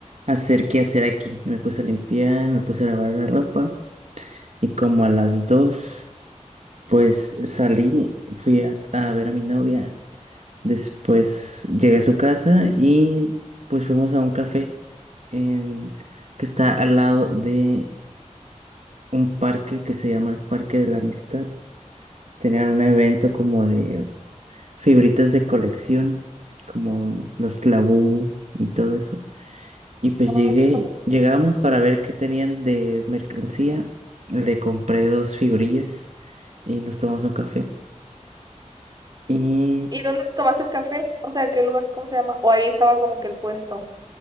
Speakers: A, on the right; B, on the right.
A: hacer qué hacer aquí. Y Me puse a limpiar, me puse a lavar la ropa, y como a las 2 pues salí, fui a, a ver a mi novia, después llegué a su casa y pues fuimos a un café en, que está al lado de un parque que se llama el Parque de la Amistad. Tenían un evento como de figuritas de colección, como los Labú y todo eso. Y pues
B: Ay,
A: llegué,
B: qué padre.
A: llegamos para ver qué tenían de mercancía. Le compré dos figurillas y nos tomamos un café. Y
B: ¿Y dónde tomaste el café? O sea, ¿qué lugar, cómo se llama? O ahí estaba como que el puesto.